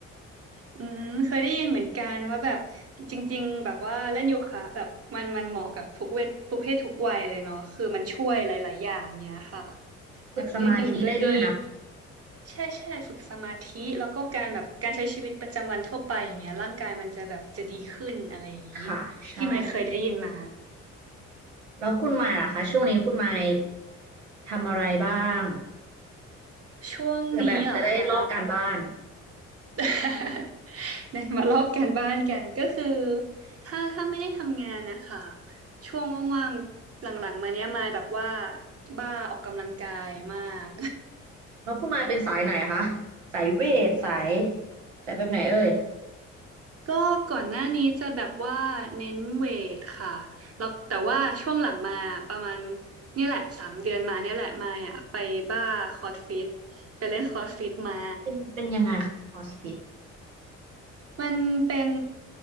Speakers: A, on the right; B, on the right.
A: อืมเคยได้ยินเหมือนกันว่าแบบจริงๆแบบว่าเล่นโยคะแบบมันมันเหมาะกับทุกเวททุกเพศทุกวัยเลยเนาะคือมันช่วยหลายๆอย่างเนี้ยค่ะ
B: ฝึกสมาธิได้ด้วยนะ
A: แบบยืดหยุ่นก็ดี ใช่ใช่ฝึกสมาธิแล้วก็การแบบการใช้ชีวิตประจำวันทั่วไปอย่างเงี้ยร่างกายมันจะแบบจะดีขึ้นอะไรอย่างนี้
B: ค่ะใช่
A: ที่ไม่เคยได้ยินมา
B: แล้วคุณหมายล่ะคะช่วงนี้คุณหมายทำอะไรบ้าง
A: ช่วงนี้เหรอคะ
B: เผื่อแบบจะได้ลอกการบ้าน
A: <laughs> เนี่ย <laughs> มาลอกการบ้านกันก็คือถ้าถ้าไม่ได้ทำงานนะคะช่วงว่างๆหลังๆมาเนี้ยมายแบบว่าบ้าออกกำลังกายมาก
B: แล้วคุณหมายเป็นสายไหนคะสายเวทสายสายแบบไหนเอ่ย
A: ก็ก่อนหน้านี้จะแบบว่าเน้นเวทค่ะแล้วแต่ว่าช่วงหลังมาประมาณเนี่ยแหละสามเดือนมาเนี่ยแหละมาอ่ะไปบ้าคอร์สฟิตไปเล่นคอร์สฟิตมา
B: เป็นเป็นยังไงคะคอสฟิต
A: มันเป็น